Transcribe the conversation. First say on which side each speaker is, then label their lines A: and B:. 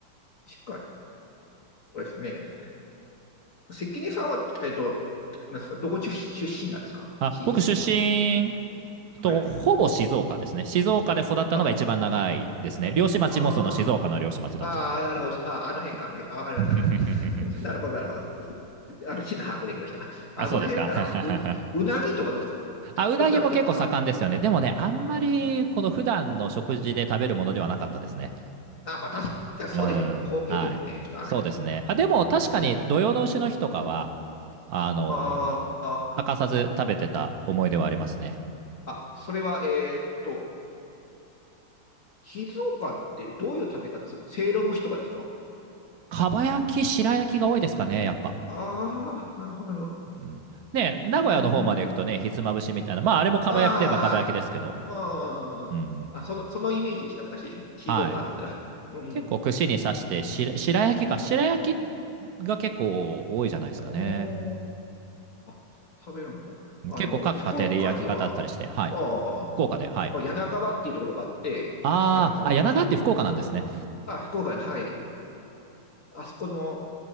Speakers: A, on the left; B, on the right.
A: 確かにな。そうですね。関根さんは、えっと、なんですか、どこ出出身なんですか地域は。
B: あ、僕出身
A: はい。
B: とほぼ静岡ですね。静岡で育ったのが一番長いですね。
A: あ、
B: 漁師町もその静岡の漁師町だったので。
A: あーあー、なるほど。あー、あの辺か、あの辺か。わかりました。
B: <laughs>
A: はい <laughs> なるほど、なるほど。あの、地図把握できました。あの辺なら、
B: あ、そうですか。<laughs>
A: う、うなぎとかどうですかたよく食べてました
B: あ、うなぎも結構盛んですよね。でもね、あんまりこの普段の食事で食べるものではなかったですね。
A: ああ、まあ確かにそうですよ。
B: うん、
A: 高級ですもんね。
B: はい。
A: はい。
B: そうですね。あ、でも確かに土用の丑の日とかは、
A: うん。
B: あのー欠かさず食べてた思い出はありますね。
A: あーあ、あ、それは、えーっと、静岡ってどういう食べ方するのせいろ蒸しとかですか
B: かば焼き、白焼きが多いですかね、やっぱ。
A: ああ、なるほど、なるほど。
B: うん、ね、名古屋の方まで行くとね、
A: うん
B: ひつまぶしみたいな、まああれもかば焼きといえばかば焼きですけど、
A: ああ、うん。
B: うん、
A: あ、その、そのイメージでした、私。静岡って言ったら。
B: はい。
A: うん。
B: 結構串に刺してし、白焼きか、白焼きが結構多いじゃないですかね。
A: おーあ、それ食べるんだ。あの、
B: 結構各家庭で焼き方あったりして、
A: 福岡には、
B: はい。
A: は
B: 福岡で、はい。
A: あ、柳川っていうところがあって、
B: あーあ、
A: あの、
B: 柳川って福岡なんですね。
A: あ、福岡で、はい。あそこの、